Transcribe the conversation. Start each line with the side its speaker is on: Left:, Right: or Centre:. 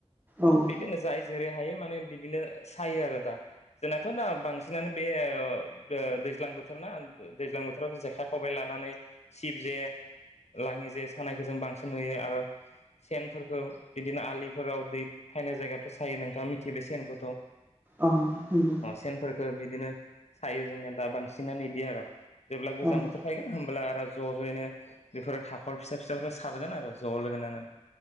Right: औ
Left: बिदिनो जाय जेरै हायो माने बिदिनो सायो आरो दा जोंनाथ' दा बांसिन बि बे <unintelligible> दैज्लां बोथोर ना दैज्लां बोथोराव जेखा खबाइ लानानै सिब <unintelligible> जे लाङि जे सानायखौ जों बांसिन नुयो आरो सेनफोरखौ बिदिनो आलिफोराव दै फायनाय जायगायावथ' सायो नोंथाङा मिथियो बे सेनखौथ'
Right: औ नंगौ
Left: अ सेनफोरखौ बिदिनो सायो जोंनिया दा बांसिनानो बिदि आरो जेब्ला गोजां
Right: औ नंगौ
Left: बोथोर फायगोन होमब्ला आरो ज' ज'यैनो बेफोर हाखर फिसा फिसाफोरखौ सारगोन आरो ज' लोगो नांनानै